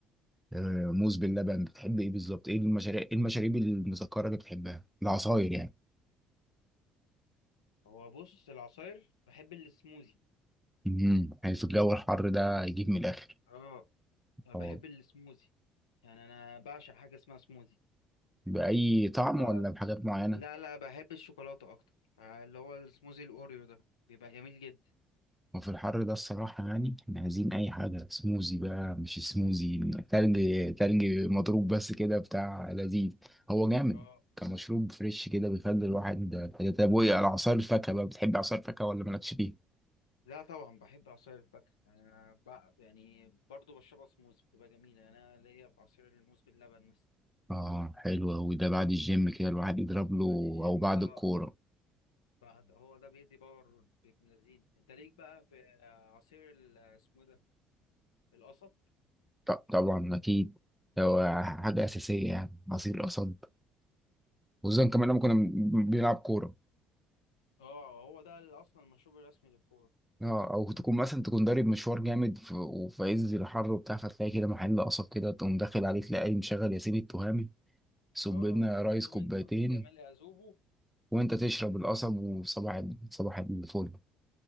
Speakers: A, in the centre; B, on the left (about 70°).
A: آه، موز باللبن بتحب ايه بالظبط ايه المشاريب ايه المشاريب المسكره اللي بتحبها العصاير يعني
B: هو بص العصاير بحب السموزي
A: امم يعني في الجو الحر ده يجيب من الاخر
B: اه أنا بحب
A: اه
B: السموزي يعني أنا بعشق حاجة اسمها سموزي
A: بأي طعم
B: يبقى
A: ولا بحاجات معينة؟
B: لا لا بحب الشوكولاتة أكتر اللي هو السموزي الأوريو ده بيبقى جميل جدا
A: وفي الحر ده الصراحة يعني احنا عايزين أي حاجة سموزي بقى مش سموزي تلج تلج مضروب بس كده بتاع لذيذ هو جامد
B: اه
A: كمشروب فريش كده بيخلي الواحد طب وإيه على عصير الفاكهة بقى بتحب عصير الفاكهة ولا مالكش فيه؟
B: لا طبعا بحب عصير الفاكهة يعني أنا بقى يعني برضه بشربها سموز بتبقى جميلة يعني أنا ليا في عصير الموز باللبن مثلا
A: آه حلو أوي ده بعد الجيم كده الواحد يضرب له
B: بعد الجيم
A: أو بعد
B: ده اه
A: الكورة
B: بعد هو ده بيدي باور بابن لذين أنت ليك بقى في آه، عصير ال- اسمه إيه ده القصب
A: ط- طبعا أكيد هو حاجة أساسية يعني عصير قصب وزن كمان لما كنا بنلعب كورة
B: اه هو ده ال- أصلا المشروب الرسمي للكورة
A: اه او تكون مثلا تكون ضارب مشوار جامد في- وفي عز الحر وبتاع فتلاقي كده محل قصب كده تقوم داخل عليه تلاقي مشغل ياسين التهامي صب
B: اه
A: لنا يا
B: أكادوا
A: ريس كوبايتين
B: من فرط الجمال يذوبوا
A: وانت تشرب القصب وصباح ال- صباح الفل